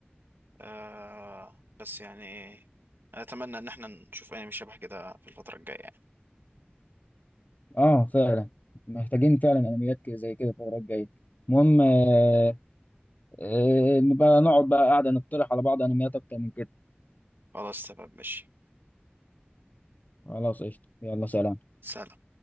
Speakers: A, on the right; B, on the left.
A: آه بس يعني اتمنى ان احنا نشوف انمي شبه كده في الفتره الجايه يعني
B: اه فعلا محتاجين فعلا انميات كده- زي كده الفترة الجاية المهم آه، آه، نبقى نقعد بقى قاعدة نقترح على بعض انميات اكتر من كده
A: خلاص تمام ماشي
B: خلاص قشطة يلا سلام
A: سلام